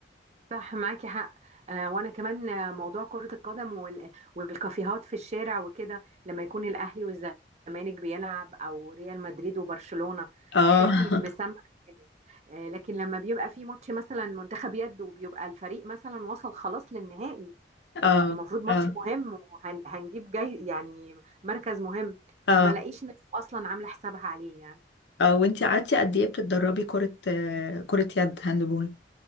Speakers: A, on the right; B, on the left.
A: صح معاكي حق آه وانا كمان آه، موضوع كرة القدم وال... والكافيهات في الشارع وكده لما يكون الاهلي والزمالك بيلعب او ريال مدريد وبرشلونة
B: اه
A: تحسي
B: <laughs>
A: بمسمع جامد آه لكن لما بيبقى في ماتش مثلا منتخب يد وبيبقى الفريق مثلا وصل خلاص للنهائي يعني
B: اه
A: المفروض ماتش
B: اه
A: مهم وهنجيب جاي يعني مركز مهم
B: اه
A: ما بلاقيش ناس اصلا عاملة حسابها عليه يعني
B: اه وانتي قعدتي قد ايه بتتدربي كرة آه، كرة يد هاندبول